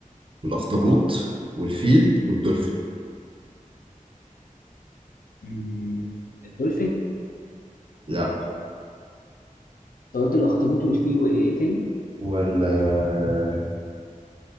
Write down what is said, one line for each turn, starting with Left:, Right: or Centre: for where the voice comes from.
Right: والاخطبوط
Left: اه
Right: والفيل والدولفين
Left: مم، الدولفين انت
Right: لا
Left: قلت الاخطبوط والفيل وايه تاني
Right: والبطريق